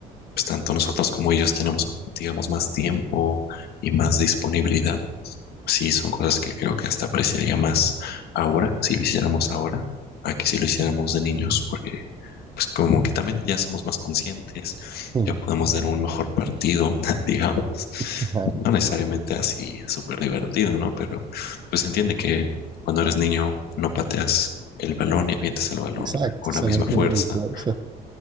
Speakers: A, on the left; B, on the right.
A: pues, tanto nosotros como ellos tenemos, digamos, más tiempo y más disponibilidad, sí, son cosas que creo que hasta apreciaría más ahora, si lo hiciéramos ahora, a que si lo hiciéramos de niños, porque pues como que también ya somos más conscientes,
B: Sí,
A: ya podemos dar un mejor partido, <laughs> digamos.
B: ajá,
A: No necesariamente así súper divertido, ¿no? Pero pues entiende que cuando eres niño no pateas el balón y avientas el balón
B: exacto.
A: con
B: O sea,
A: la misma
B: no tuve
A: fuerza.
B: mi fuerza.